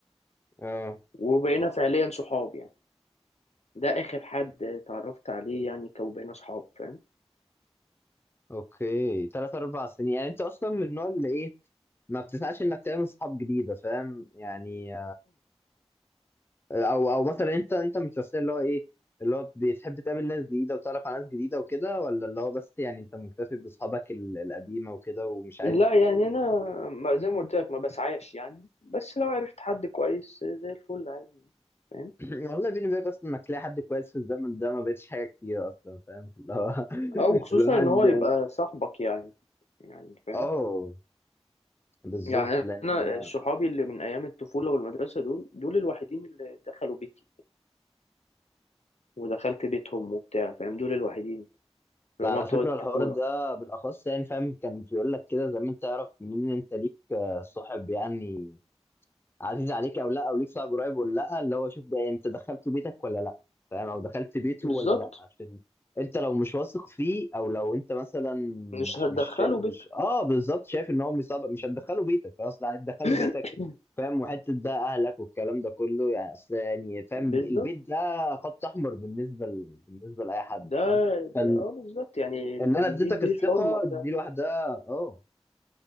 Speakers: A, on the left; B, on the left.
A: اه
B: وبقينا فعليا صحاب يعني ده اخر حد اتعرفت عليه يعني كوبقينا صحاب فاهم
A: اوكي ثلاث اربع سنين يعني انت اصلا من النوع اللي ايه ما بتسعاش انك تعمل صحاب جديده فاهم يعني او او مثلا انت انت من الشخصيه اللي هو ايه اللي هو بتحب تقابل ناس جديده وتعرف على ناس جديده وكده ولا اللي هو بس يعني انت مكتفي باصحابك ال- القديمه وكده ومش عايز
B: لا يعني انا ما- زي ما قلت لك ما بسعاش يعني بس لو عرفت حد كويس زي الفل عادي فاهم
A: <clears throat> والله بيني وبينك اصلا انك تلاقي حد كويس في الزمن ده ما بقتش حاجه كتير اصلا فاهم اللي هو <laughs>
B: او خصوصا
A: الواحد
B: ان هو
A: يعني
B: يبقى صاحبك يعني يعني فاهم
A: اه بالظبط
B: يعني
A: لان
B: انا صحابي اللي من ايام الطفوله والمدرسه دول دول الوحيدين اللي دخلوا بيتي ودخلت بيتهم وبتاع فاهم دول الوحيدين اللي
A: على
B: هما بتوع
A: فكره
B: الطفوله
A: الحوار ده بالاخص يعني فاهم كان بيقول لك كده زمان تعرف منين إن انت ليك آه، صاحب يعني عزيز عليك او لا او ليك صاحب قريب ولا لا اللي هو شوف ده انت دخلته بيتك ولا لا فاهم او دخلت بيته
B: بالظبط
A: ولا لا عشان انت لو مش واثق فيه او لو انت مثلا
B: مش
A: مش
B: هتدخلوا
A: مش شا- مش
B: بيت
A: اه بالظبط شايف ان هو مش صعب مش هتدخله بيتك خلاص لا هتدخله
B: <laughs>
A: بيتك فاهم وحته ده اهلك والكلام ده كله يعني اصل يعني فاهم
B: بالظبط
A: البيت ده خط احمر بالنسبه ل... بالنسبه لاي حد
B: ده,
A: فاهم فان
B: ده اه بالظبط يعني
A: ان
B: دي
A: انا اديتك
B: دي, دي
A: الثقه
B: الحرمه بتاعتك
A: دي لوحدها اه